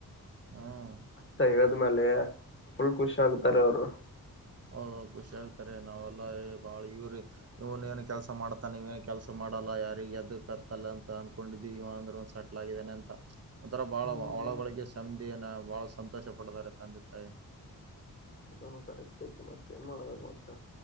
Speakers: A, on the right; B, on the left.
A: ಹ್ಮ್
B: ಸರಿವ <unintelligible> ಆದ್ಮೇಲೆ ಫುಲ್ ಖುಷ ಆಗ್ತಾರೆ ಅವರು.
A: ಹೌದಹೌದಖುಷಿ ಆಗ್ತಾರೆ ನಾವೆಲ್ಲ ಬಾಳ ಇವ್ರ ಇವನ್ ಏನು ಕೆಲ್ಸ ಮಾಡ್ತನ್ ಇವು ಏನ್ ಕೆಲ್ಸ ಮಾಡಲ್ಲ ಯಾರಿಗೆ ಅದಕ್ ಕತ್ತಲ್ಲ ಅಂತ ಅನ್ಕೊಂಡಿದ್ದೀವಿ ಇವ ಅಂದ್ರ ಒಂದ ಸೆಟ್ಲ್ ಆಗಿದ್ದಾನೆ ಅಂತ‌‌ ಒಂತರ ಬಹಳ
B: ಹ್ಮ್
A: ಒಳಗೊಳಗೆ
B: ಹ್ಮ್
A: ಸಂಧಿನಾ,,, ಬಹಳ ಸಂತೋಷ ಪಡ್ದಾರೆ ತಂದೆ ತಾಯಿ,,
B: ಇದನ್ನು ಕರೆಕ್ಟ್ಇತ್ತು ಮತ್ತೆ ಏನ್ ಮಾಡ್ಬೇಕು ಮತ್ತ,,